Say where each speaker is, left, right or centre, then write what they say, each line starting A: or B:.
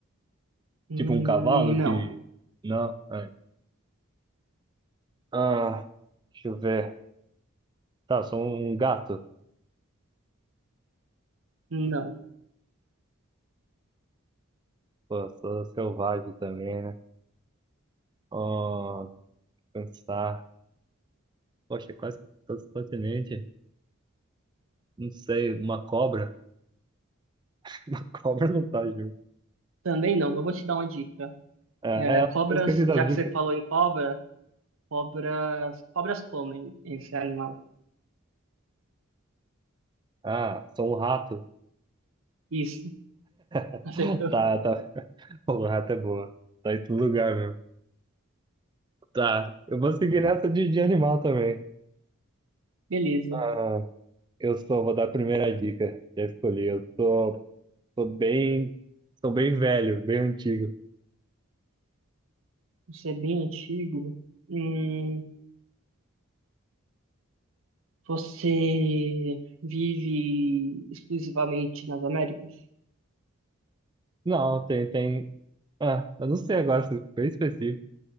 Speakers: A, on the right (about 70°); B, on the right (about 20°).
A: Hum,
B: Tipo um cavalo
A: Não,
B: que. Não. ai. Ah, deixa eu ver. Tá, sou um gato.
A: não.
B: Pô, sou selvagem também, né? Oh, pensar. Poxa, quase todos os continentes. Não sei, uma cobra. <laughs> Cobra não tá junto.
A: Também não. Eu vou te dar uma dica.
B: É,
A: É,
B: é,
A: cobras,
B: eu esqueci das
A: já
B: dicas.
A: que você falou em cobra, cobras, cobras comem esse animal.
B: Ah, sou um rato.
A: Isso,
B: <laughs>
A: <laughs> acertou.
B: Tá, tá. <laughs> O rato é boa. Tá em todo lugar mesmo. Tá. Eu vou seguir nessa de, de animal também.
A: Beleza.
B: Ah, eu sou, vou dar a primeira dica. Já escolhi. Eu sou, sou bem, sou bem velho, bem antigo.
A: Isso é bem antigo. Hum, Você vive exclusivamente nas Américas,
B: Não, tem, tem. Ah, eu não sei agora se foi específico.